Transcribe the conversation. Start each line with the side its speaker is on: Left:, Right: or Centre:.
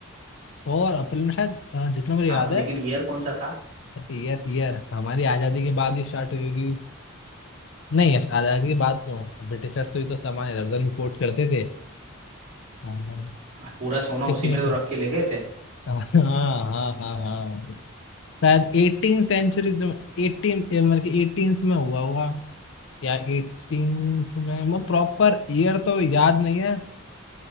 Left: और अप्रैल में शायद अ, जितना मुझे
Right: हाँ
Left: याद
Right: लेकिन
Left: है
Right: ईयर कौन सा था
Left: ईयर ईयर हमारी आजादी के बाद ही स्टार्ट हुई होगी नहीं यश आजाद की बात क्यों ब्रिटिशर्स भी तो सामान इधर उधर इम्पोर्ट करते थे हाँ।
Right: आ, पूरा सोना
Left: कितने
Right: उसी में तो
Left: का
Right: रख के ले गए थे
Left: हाँ हाँ हाँ हाँ शायद एटीन सेंचुरीज में एटीन मतलब कि 18th में हुआ हुआ या एटीन में मैं प्रॉपर ईयर तो याद नहीं है